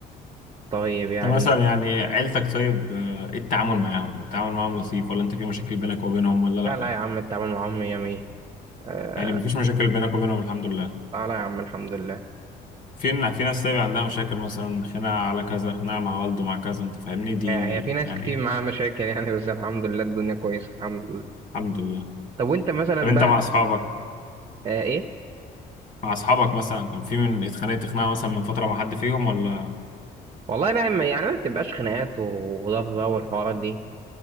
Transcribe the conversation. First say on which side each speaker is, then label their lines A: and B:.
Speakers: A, on the right; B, on the left.
A: طيب يعني
B: انت مثلا يعني عيلتك طيب آه، ايه التعامل معاهم؟ التعامل معاهم لطيف ولا انت في مشاكل بينك وبينهم ولا لا؟
A: لا لا يا عم التعامل معاهم مية مية آه
B: يعني مفيش مشاكل بينك وبينهم الحمد لله.
A: لا لا يا عم الحمد لله
B: في في ناس طيب عندها مشاكل مثلا خناقة على كذا، خناقة مع والده مع كذا، انت فاهمني؟ دي
A: آه هي في ناس
B: يعني
A: كتير معاها مشاكل يعني بس الحمد لله الدنيا كويسة الحمد لله
B: الحمد لله.
A: طب وانت مثلا
B: طب انت
A: بقى
B: مع اصحابك
A: آه ايه
B: مع اصحابك مثلا كان في من اتخانقت خناقة مثلا من فترة مع حد فيهم ولا
A: والله لا إما- يعني ما بتبقاش خناقات وضرب بقى والحوارات دي